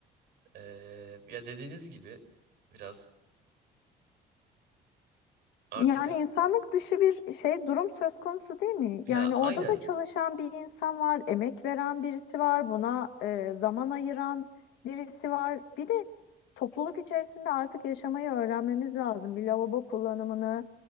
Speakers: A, on the right; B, on the left.
A: Ee, ya dediğiniz gibi biraz artık
B: Yani insanlık dışı bir şey durum söz konusu değil mi?
A: ya
B: Yani
A: aynen
B: orada da çalışan bir insan var, emek veren birisi var, buna e, zaman ayıran birisi var. Bir de topluluk içerisinde artık yaşamayı öğrenmemiz lazım. Bir lavabo kullanımını,